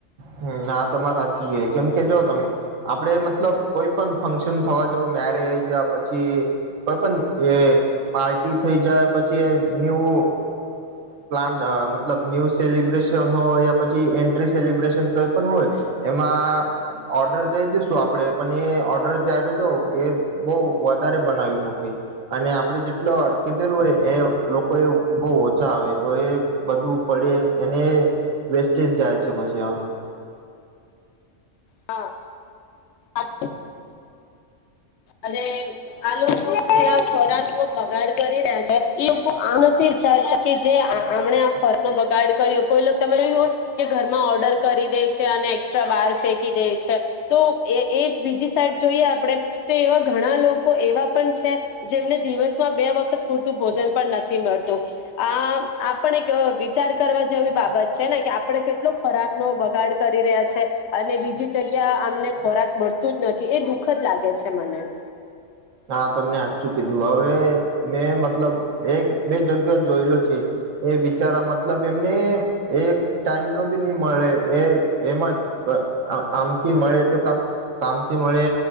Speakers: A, on the right; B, on the left.
A: હમ્મ તમારે સાચું જોઈ કેમ કે જો તમે આપડે મતલબ કોઈ પણ ફંક્શન થવા જ મેરેજ યા પછી કોઈ પણ એ પાર્ટી થઈ જાય પછી ન્યૂ પ્લાન મતલબ ન્યૂ સેલિબ્રેશન હોય યા પછી એન્ટ્રીસ સેલિબ્રેશન કઈ પણ હોય એમાં ઓર્ડર દઈ દીસું આપણે પણ એ ઓર્ડર આપી દો એ બહુ વધારે બનાવી મૂકી અને આપડે જેટલુ કીધેલું હોય એ લોકો એ બહુ ઓછા આવે તો એ બધું પડે એને વેસ્ટેજ જાય છે. <unintelligible>
B: હા. હા. અને આ લોકો આ ખોરાક નો બગાડ કરી રહ્યા છે એ લોકો આ નથી વિચારતા કે જેણે આ ખોરાક નો બગાડ કર્યો કોઈ તરે હોય કે ઘરમાં ઓર્ડર કરી દે છે અને એસ્ટ્રા બહાર ફેંકી દે છે તો એ એ બીજી સાઈડ જોઈએ આપડે એવા ઘણા લોકો એવા પણ છે જેમને દિવસમાં બે વખત પૂરતું ભોજન પણ નથી મળતું આ આપણ એક વિચાર કરવા જેવી બાબત છે ને કે આપણે કેટલો ખોરાક નો બગાડ કરી રહ્યા છે અને બીજી જગ્યા અમને ખોરાક મળતું જ નથી એ દુઃખ જ લાગે છે. મને
A: હા તમને આચું કીધું હવે મેં મતલબ એક બે જગ્યા જોયેલો છે એ બિચારા મતલબ એમને એક ટાઈમ નો બી નહી મળે એ એમ જ આમથી મળે તો કામથી મળે